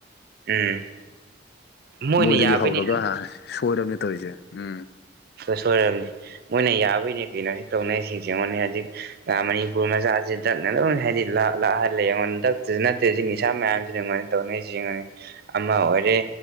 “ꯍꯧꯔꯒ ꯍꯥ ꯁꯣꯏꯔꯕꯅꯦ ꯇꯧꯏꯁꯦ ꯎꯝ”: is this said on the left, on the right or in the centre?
Left